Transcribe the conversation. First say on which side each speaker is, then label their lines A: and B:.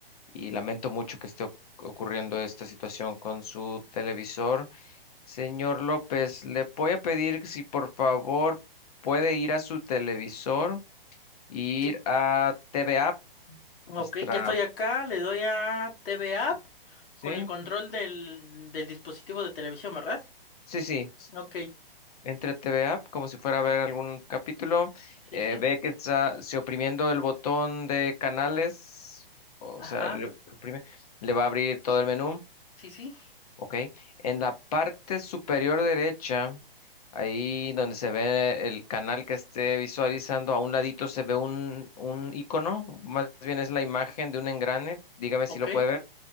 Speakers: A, on the left; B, on the left.
A: y lamento mucho que esté oc- ocurriendo esta situación con su televisor. Señor López, le voy a pedir si por favor puede ir a su televisor y
B: Sí,
A: ir a TV App,
B: ok,
A: nuestra,
B: ya estoy acá, le doy a TV App
A: sí,
B: con el control del, del dispositivo de televisión, ¿verdad?
A: sí, sí, s-
B: Ok,
A: entre a TV App como si fuera a ver algún capítulo,
B: sí,
A: eh,
B: sí,
A: ve que está si oprimiendo el botón de canales, o
B: ajá,
A: sea, le, oprime, le va a abrir todo el menú
B: sí, sí,
A: Ok, en la parte superior derecha, ahí donde se ve el canal que esté visualizando, a un ladito se ve un, un icono, más bien es la imagen de un engrane, dígame
B: ok.
A: si lo puede ver.